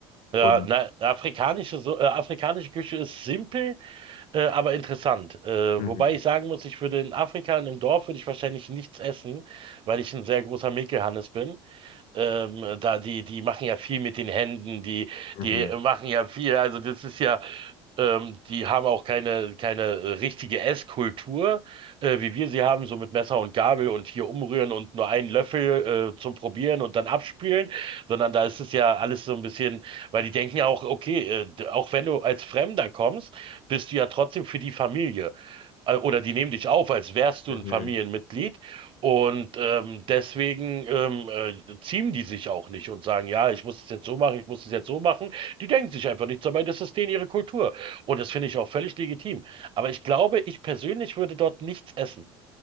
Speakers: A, on the right (about 40°); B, on the left (about 60°).
A: Ja,
B: Und
A: na, afrikanische, so, äh, afrikanische Küche ist simpel, äh, aber interessant. Äh,
B: mhm,
A: wobei ich sagen muss, ich würde in Afrika, in einem Dorf, würde ich wahrscheinlich nichts essen, weil ich ein sehr großer Mekel-Hannes bin. Ähm, da die, die machen ja viel mit den Händen, die,
B: mhm.
A: die machen ja viel. Also das ist ja, ähm, die haben auch keine, keine äh, richtige Esskultur, äh, wie wir sie haben, so mit Messer und Gabel und hier umrühren und nur einen Löffel, äh, zum Probieren und dann abspülen, sondern da ist es ja alles so ein bisschen, weil die denken ja auch, okay, äh, d- auch wenn du als Fremder kommst, bist du ja trotzdem für die Familie. Äh, Oder die nehmen dich auf, als wärst du
B: Mhm.
A: ein Familienmitglied. Und ähm, deswegen ähm, äh, ziehen die sich auch nicht und sagen, ja, ich muss es jetzt so machen, ich muss es jetzt so machen. Die denken sich einfach nichts dabei, das ist denen ihre Kultur. Und das finde ich auch völlig legitim. Aber ich glaube, ich persönlich würde dort nichts essen.